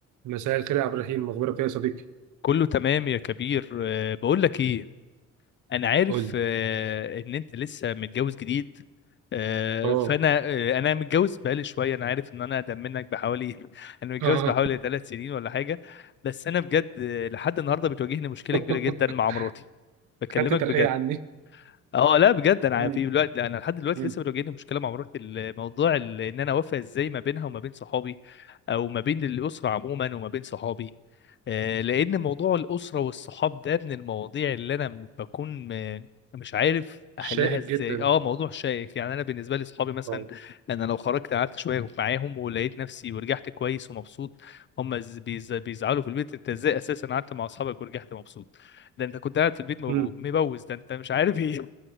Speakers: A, on the right; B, on the left.
A: مساء الخير يا عبد الرحيم مخبرك ايه يا صديقي
B: كله تمام يا كبير أه بقول لك ايه انا عارف
A: قول لي
B: أه ان انت لسه متجوز جديد أه
A: اه
B: فانا أه انا متجوز بقالي شويه انا عارف ان انا اقدم منك بحوالي <laughs> انا متجوز
A: اه
B: بحوالي ثلاث سنين ولا حاجه بس انا بجد آه، لحد النهارده بتواجهني مشكله
A: <laughs>
B: كبيره جدا مع مراتي بكلمك
A: خدت ترقية
B: بجد
A: عني
B: اه لا بجد انا
A: مم.
B: في الوقت لا، انا لحد دلوقتي
A: مم.
B: لسه بتواجهني مشكله مع مراتي الموضوع ال- ان انا اوافق ازاي ما بينها وما بين صحابي او ما بين الاسره عموما وما بين صحابي آه، لان موضوع الاسره والصحاب ده من المواضيع اللي انا م- بكون م- مش عارف
A: شائك
B: احلها ازاي
A: جدا
B: اه موضوع شائك يعني انا بالنسبه لي صحابي مثلا
A: اه
B: انا لو خرجت قعدت شويه معاهم ولقيت نفسي ورجعت كويس ومبسوط هم ز- بيز- بيزعلوا في البيت انت ازاي اساسا قعدت مع اصحابك ورجعت مبسوط ده انت كنت قاعد في البيت مبو-
A: مم.
B: مبوز ده انت مش عارف ايه